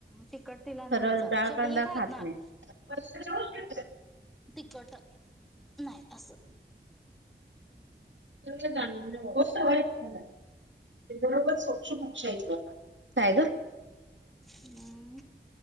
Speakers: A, in the centre; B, on the right.
A: तिखट तिला
B: खरं
A: नाही जात
B: डाळकांदा
A: सगळी खाणार
B: खात नाही. प <unintelligible>
A: तिकट नाही असं.
B: त <unintelligible> बरोबर सोक्ष मोक्ष आगे दान काय ग?
A: हम्म